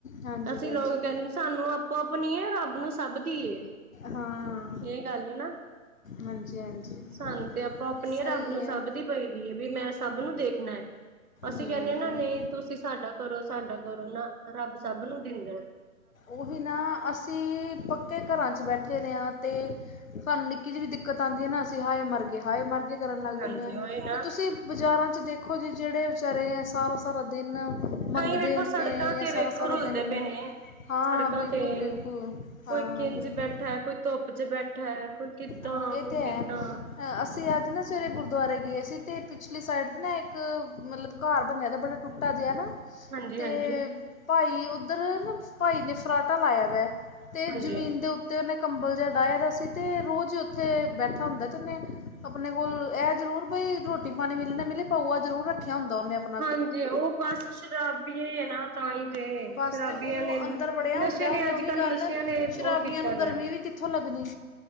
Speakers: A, on the left (about 65°); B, on the right (about 80°).
A: ਹਾਂਜੀ
B: ਅਸੀ
A: ਭੈਣ
B: ਲੋਕ
A: ਜੀ
B: ਕਹਿਦੇ ਸਾਨੂੰ ਆਪੋ ਆਪਣੀ ਹੈ। ਰੱਬ ਨੂੰ ਸਭ ਦੀਏ
A: ਹਾਂ-
B: ਇਹ ਗਲ ਨਾ
A: ਹਾਂਜੀ ਹਾਂਜੀ
B: ਸਾਨੂੰ ਤੇ ਆਪਾਂ ਆਪਣੀ
A: ਸਹੀ
B: ਆ ਰਬ ਨੂੰ
A: ਹੈ
B: ਸਭ ਦੀ ਪਈ ਵੀ ਮੈਂ ਸਭ ਨੂੰ ਦੇਖਣਾ ਹੈ ਅਸੀ
A: ਹਾਂ
B: ਕਹਿਦੇ ਹ ਨਾ ਨਹੀਂ ਤੁਸੀ ਸਾਡਾ ਕਰੋ, ਸਾਡਾ ਕਰੋ, ਨਾ। ਰਬ ਸਭ ਨੂੰ ਦਿਂਦੈ।
A: ਉਹੀ ਨਾ ਅਸੀ ਪਕੇ ਘਰਾ ਬੈਠੇ ਰਹੇ ਹਾਂ ਤੇ ਸਾਨੂੰ ਨਿਕੀ ਜਿਹੀ ਵੀ ਦਿਕਤ ਆਉਦੀ ਹੈ। ਨਾ ਅਸੀ ਹਾਏ ਮਰਗੇਏ ਹਾਏ ਮਰਗੇਏ ਕਰਨ ਲਗ ਜਾਦੇ
B: ਹਾਂਜੀ
A: ਹਾਂ
B: ਉਹੀ ਨਾ
A: ਅਤੇ ਤੁਸੀ ਬਜ਼ਾਰਾਂ 'ਚ ਦੇਖੋ ਜੀ ਜਿਹੜੇ ਵਿਚਾਰੇ ਸਾਰਾ ਸਾਰਾ ਦਿਨ ਮੰਗਦੇ
B: ਕਈ ਵੇਖੋ
A: ਨੇ
B: ਸੜਕਾਂ
A: ਜਾਂ
B: ਤੇ
A: ਸਾਰਾ
B: ਵੇਖੋ
A: ਸਾਰਾ
B: ਰੁਲਦੇ
A: ਦਿਨ
B: ਪਏ ਨੇ
A: ਹਾਂ
B: ਸੜਕਾਂ
A: ਬਿਲਕੁਲ
B: ਤੇ
A: ਬਿਲਕੁਲ
B: ਕੋਈ
A: ਹਾਂ
B: ਕਿੰਜ
A: ਬਿਲਕੁਲ
B: ਬੈਠਾ ਹੈ ਕੋਈ ਧੁੱਪ ਚ ਬੈਠਾ ਹੈ ਕੋਈ ਕਿੱਦਾਂ
A: ਹਾਂ ਇਹ
B: ਕੋਈ
A: ਤੇ
B: ਕਿੱਦਾਂ
A: ਹੈ ਅਸੀਂ ਅੱਜ ਨਾ ਸਵੇਰੇ ਗੁਰਦੁਆਰੇ ਗਏ ਸੀ ਤੇ, ਪਿਛਲੀ ਸਾਈਡ ਨਾ ਇੱਕ ਮਤਲਬ ਘਰ ਬਣਿਆ ਦਾ ਬੜਾ ਟੁੱਟਾ ਜਿਹਾ ਨਾ, ਅਤੇ
B: ਹਾਂਜੀ ਹਾਂਜੀ
A: ਭਾਈ ਉੱਧਰ ਨਾ ਭਾਈ ਨੇ ਫਰਾਟਾ ਲਾਇਆ ਦਾ ਤੇ
B: ਹਾਂਜੀ
A: ਜ਼ਮੀਨ ਦੇ ਉੱਪ ਤੇ ਉਹਨੇ ਕੰਬਲ ਜਿਹਾ ਡਾਹਿਆ ਦਾ ਸੀ, ਤੇ ਰੋਜ਼ ਉੱਥੇ ਬੈਠਾ ਹੁੰਦਾ ਤੇ ਉਹਨੇ ਆਪਣੇ ਕੋਲ ਹੈ ਜ਼ਰੂਰ ਭਈ ਰੋਟੀ ਪਾਣੀ ਮਿਲ ਨਾ ਮਿਲੀ ਪਊਆ ਜ਼ਰੂਰ ਰੱਖਿਆ ਹੁੰਦਾ ਉਹਨੇ ਆਪ
B: ਹਾਂਜੀ ਉਹ ਬਸ ਸ਼ਰਾਬਏ ਹੈ ਨਾ ਤਾਂ ਹੀ ਤੇ
A: ਬਸ
B: ਸ਼ਰਾਬੀਆਂ
A: ਅਤੇ ਉਹ
B: ਨੇ
A: ਅੰਦਰ ਵੜਿਆ ਹੁੰਦਾ
B: ਨਸ਼ੇ ਨੇ
A: ਉਹਨੇ
B: ਅੱਜ
A: ਉਹੀ
B: ਕੱਲ੍ਹ
A: ਗੱਲ
B: ਨਸ਼ਿਆਂ ਨੇ
A: ਸ਼ਰਾਬੀਆਂ
B: ਉਹ ਕੀਤਾ
A: ਨੂੰ ਗਰਮੀ
B: ਹੈ।
A: ਵੀ ਕਿੱਥੋਂ ਲੱਗਣੀ